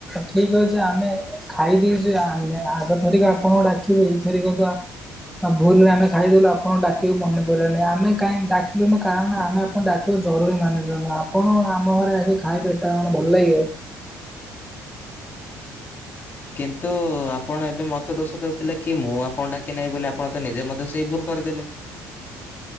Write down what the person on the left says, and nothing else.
କିନ୍ତୁ ଆପଣ ଏବେ ମୋତେ ଦୋଷ ଦେଉଥିଲେ କି ମୁଁ ଆପଣ ଡାକି ନାହିଁ ବୋଲି, ଆପଣ ତ ନିଜେ ମଧ୍ୟ ସେଇ ଭୁଲ କରିଦେଲେ।